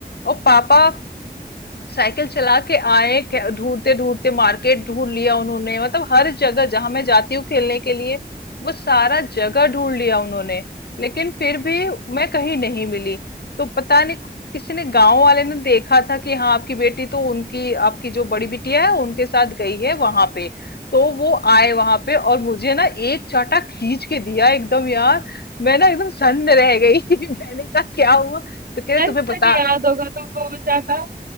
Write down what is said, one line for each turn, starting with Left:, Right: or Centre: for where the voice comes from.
Left: और पापा साइकिल चला के आए क- ढूंढते ढूंढते मार्केट ढूंढ लिया उन्होंने मतलब हर जगह जहां मैं जाती हूँ खेलने के लिए वो सारा जगह ढूंढ लिया उन्होंने लेकिन फिर भी मैं कहीं नहीं मिली तो पता नहीं किसी ने गांव वाले ने देखा था कि हाँ आपकी बेटी तो उनकी आपकी जो बड़ी बिटिया है उनके साथ गई है वहां पे तो वो आए वहां पे और मुझे ना एक चाटा खींच के दिया एकदम यार मैं ना एकदम सन्न रह गई <laughs> मैंने कहा क्या हुआ तो कह रहे तुम्हें
Right: आज
Left: बता
Right: तक याद होगा तुमको वो चाटा